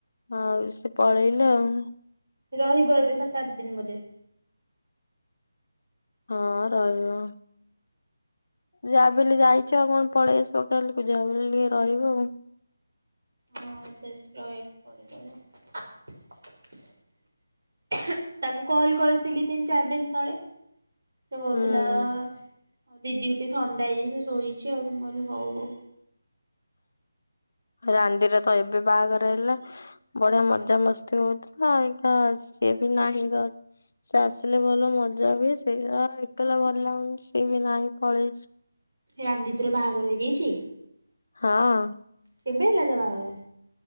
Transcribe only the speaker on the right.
ରହିବ ଏବେ ସାତ ଆଠ ଦିନ ବୋଧେ?
ହଁ ସେ ଆସିକି ରହି ପଳେଇଲାଣି। ତାକୁ କଲ୍ କରିଥିଲି ତିନି ଚାରି ଦିନ ତଳେ ସେ କହୁଥିଲା
ମୋ ଦିଦିକୁ ଟିକେ ଥଣ୍ଡା ହେଇ ଯାଇଛି ସେ ଶୋଇଛି ଆଉ ମୁଁ କହିଲି ହଉ ହଉ।
ରାନ୍ ଦିଦି ର ବାହାଘର ହେଇଯାଇଛି?
କେବେ ହେଲା ତା ବାହାଘର?